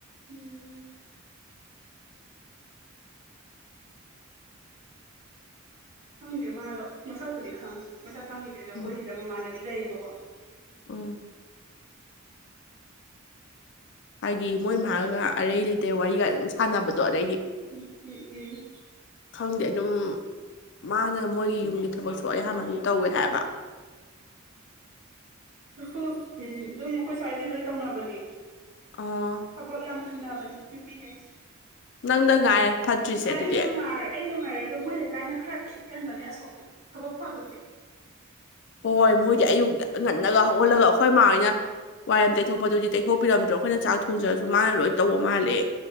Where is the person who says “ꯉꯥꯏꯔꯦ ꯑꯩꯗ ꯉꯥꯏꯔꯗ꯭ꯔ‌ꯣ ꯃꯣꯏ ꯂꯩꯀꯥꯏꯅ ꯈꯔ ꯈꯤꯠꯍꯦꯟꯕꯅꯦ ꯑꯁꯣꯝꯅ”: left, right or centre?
Right